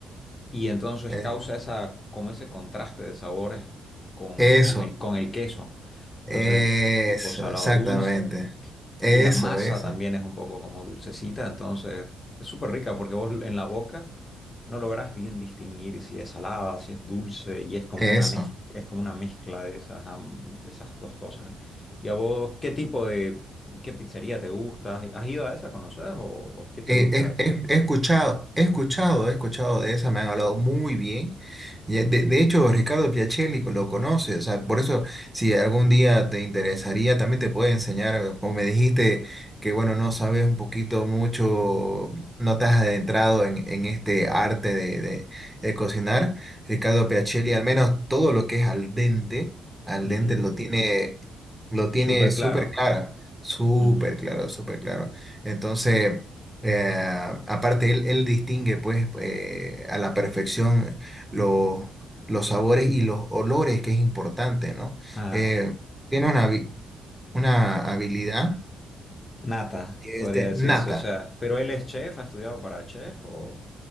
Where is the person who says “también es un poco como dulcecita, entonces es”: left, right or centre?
Left